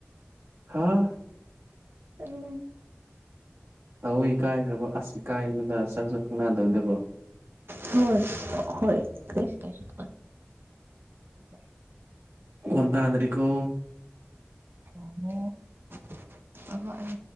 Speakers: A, on the right; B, on the right.
A: ꯍꯥꯥ
B: ꯎꯝ
A: ꯇꯧꯏ ꯏꯀꯥꯏꯈ꯭ꯔꯕ ꯑꯁ ꯏꯀꯥꯏꯗ ꯁꯥꯛꯁꯨ ꯈꯪꯅꯗꯕꯗꯕ
B: ꯍꯣꯏ ꯍꯣꯏ ꯀꯩꯁꯨ <unintelligible>
A: ꯈ‌ꯣꯟ ꯇꯥꯗ꯭ꯔ‌ꯦꯀꯣ
B: <unintelligible>